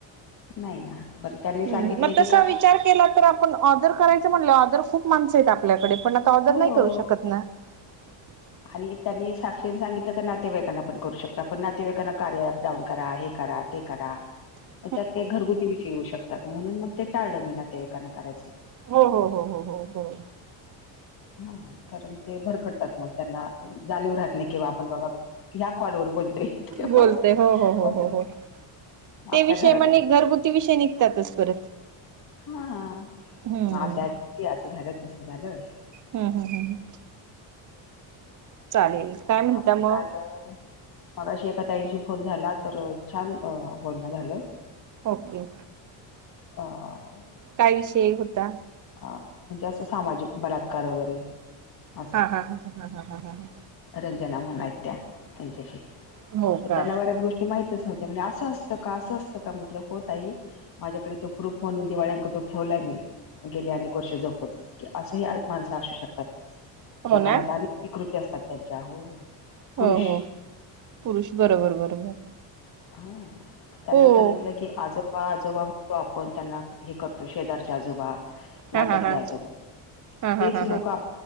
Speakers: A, on the left; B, on the right.
A: नाही ना बरं त्यांनी
B: हम्म
A: सांगितले
B: मग
A: की
B: तसा
A: काय
B: विचार केला तर आपण ऑदर करायचं म्हणलं ऑदर खूप माणस आहेत आपल्याकडे पण ऑर्डर
A: हो..
B: नाही करू शकत ना. <unintelligible>
A: हली त्यांनी साक्षीने सांगितलं क नातेवाईकांना पण करू शकता पण नातेवाईकांना कार्य अपडाऊन करा हे करा करा
B: ह
A: मग त्यात काही घरगुती विषयी येऊ शकतात म्हणून मग ते टाळलं मी नातेवाइकांना करायचं.
B: हो हो हो हो हो बरो.
A: हा कारण ते भरकडतात मग त्यांना जाणीव राहत नाही किंवा आपण बाबा. या कॉल वर बोलतोय ते
B: बोलते
A: मग
B: हो हो हो
A: मग
B: हो हो ते
A: आपल्या
B: विषय
A: घरातच
B: म्हणे घरगुती विषय निघतातच परत
A: हा
B: हम्म
A: मग त्या असं झालं कस झालं.
B: हम् हम हम चालेल काय म्हणता
A: अकाल
B: मग
A: मगाशी एका ताईंशी फोन झाला तर छान बोलणं झालं.
B: ओके
A: ह
B: काय विषय होता.
A: हा म्हणजे असं सामाजिक बलात्कार वगैरे असं
B: हा हा हा ह ह हा हा ह ह
A: रंजना म्हून आहेत त्या त्यांच्याशी
B: हो का
A: त्यांना बऱ्याच गोष्टी ते माहितच नव्हते म्हणजे असं असतं का असं असतं का म्हटलं हो तई. माझ्याकडे तो प्रुफ म्हणून दिवाळी अंकतो ठेवलाय मी गेली अनेक वर्षे जपून की असंही माणसं असू शकतात.
B: हो
A: जे
B: ना
A: मनात आले विकृती असतात त्यांच्या हो
B: हो
A: पुरुष
B: हो पुरुष बरोबर बरोबर.
A: हा त्यांना
B: हो
A: सांगितलं की आजोबा आजोबा म्हणतो आपण त्यांना हे करतो शेजारच्या आजोबा
B: हा
A: नाततले
B: हा हा
A: आजोबा
B: हा हा
A: तेच
B: हा
A: लोक
B: हा
A: आप